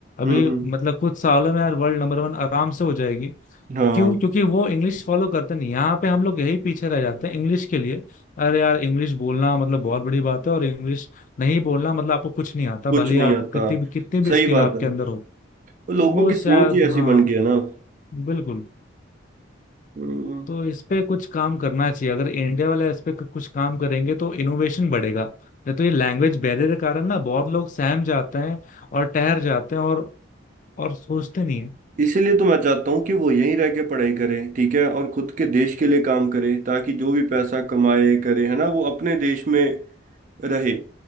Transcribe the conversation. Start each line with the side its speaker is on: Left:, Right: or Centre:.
Right: हम्म,
Left: अभी
Right: हम्म।
Left: मतलब कुछ सालों में यार वर्ल्ड नंबर वन आराम से हो जाएगी
Right: हाँ
Left: क्यों क्योंकि वो इंग्लिश फॉलो करते नहीं यहाँ पे हम लोग यही पीछे रह जाते हैं इंग्लिश के लिए अरे यार इंग्लिश बोलना मतलब बहुत बड़ी बात है और इंग्लिश नहीं बोलना मतलब आपको कुछ नहीं आता
Right: कुछ
Left: भले ही
Right: नहीं
Left: आपको
Right: आता
Left: कितनी भी कितनी भी
Right: सही
Left: स्किल
Right: बात
Left: आपके
Right: है
Left: अंदर हो
Right: तो लोगों
Left: तो वो
Right: की
Left: शायद
Right: सोच ही ऐसी
Left: हाँ
Right: बन गई है ना
Left: बिल्कुल
Right: हम्म,
Left: तो इस पे कुछ काम करना चाहिए अगर इंडिया वाले इस पे क- कुछ काम करेंगे तो इनोवेशन बढ़ेगा नहीं तो ये लैंग्वेज बैरियर के कारण ना बहुत लोग सहम जाते हैं और ठहर जाते हैं और और सोचते नहीं है
Right: इसीलिए तो मैं चाहता हूँ कि वो यहीं रह के पढ़ाई करें ठीक है और खुद के देश के लिए काम करे ताकि जो भी पैसा कमाए करे है ना वो अपने देश में रहे